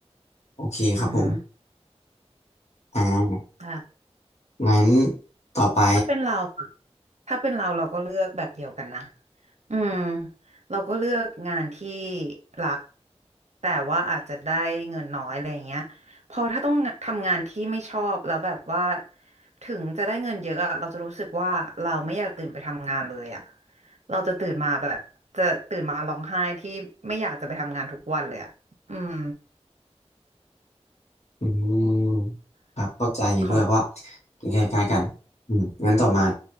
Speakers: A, on the left (about 75°); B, on the right (about 80°).
A: โอเคครับผม
B: ือฮึ
A: อ่า
B: ใช่
A: งั้นต่อไป
B: ถ้าเป็นเราอะถ้าเป็นเราเราก็เลือกแบบเดียวกันนะอืมเราก็เลือกงานที่รักแต่ว่าอาจจะได้เงินน้อยอะไรอย่างเงี้ยพอถ้าต้องทำงานที่ไม่ชอบแล้วแบบว่าถึงจะได้เงินเยอะอะเราจะรู้สึกว่าเราไม่อยากตื่นไปทำงานเลยอะเราจะตื่นมาแบบจะตื่นมาร้องไห้ที่ไม่อยากจะไปทำงานทุกวันเลยอะอืม
A: อืมครับเข้าใจเห็นด้วยเพราะว่า
B: ของ
A: ใกนคล้ายๆกันอืมงั้นต่อมา